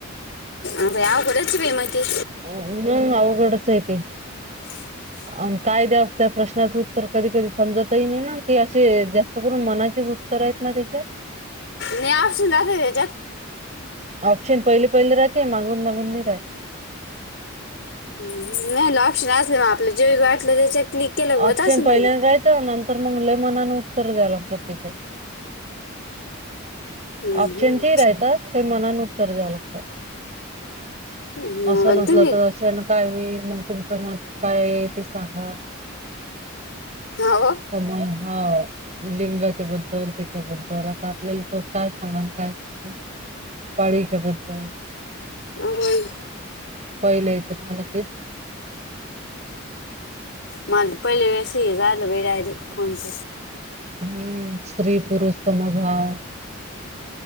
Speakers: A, on the left (about 60°); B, on the right (about 35°).
A: अ बाई अवघडच आहे बाई म ते
B: हं, मग अवघडच आहे तेे
A: <inaudible>
B: अन काय द्याव त्या प्रश्नाचं उत्तर, कधी - कधी समजतही नाही ना, ते असे जास्त करून मनाचेच उत्त प्रयत्न त्याच्यात त्याच्यात.
A: नाही आप सुना र जात.
B: ऑप्शन पहिले पहिले राहते मागून मागून नाही राहत.
A: नाही ऑप्शन असले मग आपलं जे व वाटलं त्याच्यात क्लिक केलं होत
B: ऑप्शन
A: असं
B: पहिल्यांद
A: म्हणलं
B: राहतं नंतर मग ल मनान द्यावे लागतात.
A: हम्म,
B: ऑप्शनचे
A: हम्म.
B: राहतात ते मनान उत्तर द्याव लागतात.
A: हम्म,
B: असं नसलं
A: तुम्ही
B: तरशाला. काय होईल मग तुमचं मत काय आहे ते सांगा.
A: हो.
B: सम हा लिंगाच्या बद्दल त्याच्याबद्दल आता आपल्याला त. काय सांग काय ख पाळीच्या बद्दल.
A: होय.
B: पहिल येतो मला तेच.
A: मला तर पहिले अस हिजार आला भेडरी फोच.
B: हम्म स्त्री पुरुष समभाव.